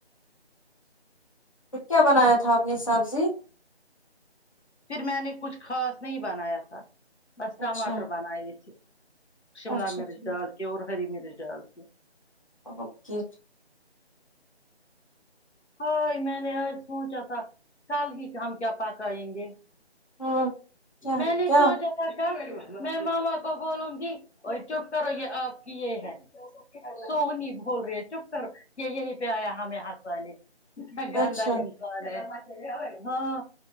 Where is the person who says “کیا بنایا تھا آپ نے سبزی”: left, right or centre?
Left